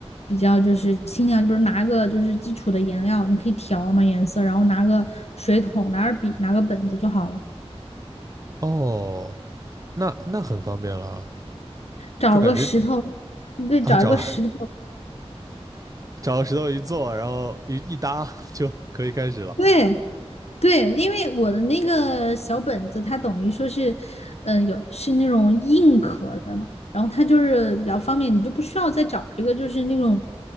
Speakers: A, on the left; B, on the right.
A: 比较就是清亮，就比如拿个就是基础的颜料，你可以调嘛颜色，然后拿个水桶、拿点笔、拿个本子就好了，
B: 哦，那那很方便了，
A: 找个石头。
B: 就感觉
A: 对，
B: 啊，
A: 找一个石头，
B: 找 <laughs> 找个石头一坐，然后一一搭 <laughs> 就可以开始了。
A: 对对，因为我的那个小本子，它等于说是，嗯、有是那种硬壳的了，然后它就是比较方便，你就不需要再找一个就是那种